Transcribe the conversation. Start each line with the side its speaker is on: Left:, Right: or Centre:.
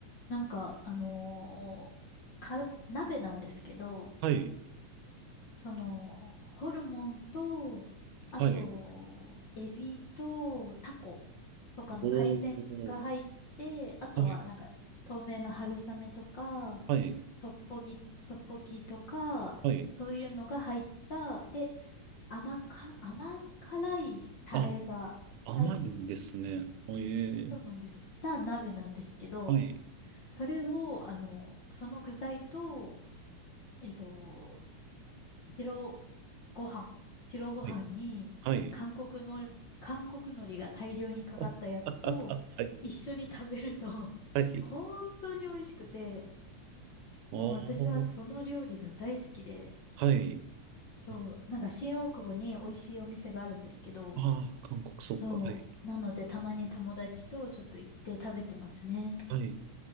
Left: なんか、あのーから、鍋なんですけど、
Right: はい。
Left: その、ホルモンと、あと、
Right: はい。
Left: エビとタコとかの海鮮が入って、
Right: おおー、
Left: あとはなんか、
Right: はい、
Left: 透明の春雨とか、
Right: はい、
Left: トッポギ、トッポギとか、
Right: はい。
Left: そういうのが入った、で、甘か、甘辛いタレが入った、
Right: あ、甘いんですね。おえー、
Left: そうなんです。た鍋なんですけど、
Right: はい、
Left: それを、あの、その具材と、えっと、白ご飯、白ご飯に韓国の、
Right: はい、はい。
Left: 韓国海苔が大量にかかったやつと一緒に食べると
Right: <laughs> はい、
Left: <laughs>
Right: はい。
Left: 本当に美味しくて、
Right: おー、
Left: もう私はその料理が大好きで、
Right: はい。
Left: そう、
Right: あ
Left: なんか新大久保に美味しいお店があるんですけど、
Right: あー、韓国、そっか。
Left: そう、
Right: はい、
Left: なのでたまに友達とちょっと行って食べてますね。
Right: はい。